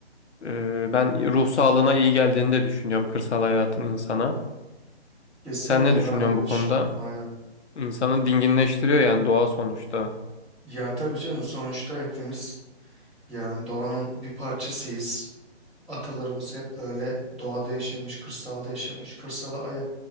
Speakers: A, on the left; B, in the centre.
A: e, ben ruh sağlığına iyi geldiğini de düşünüyorum kırsal hayatın insana.
B: Kesinlikle
A: Sen ne düşünüyorsun
B: ben de öyle
A: bu
B: düşünüyorum
A: konuda?
B: aynen.
A: İnsanı dinginleştiriyor yani doğa sonuçta.
B: Ya tabii canım sonuçta hepimiz yani doğanın bir parçasıyız. Atalarımız hep böyle doğada yaşamış, kırsalda yaşamış, kırsala aya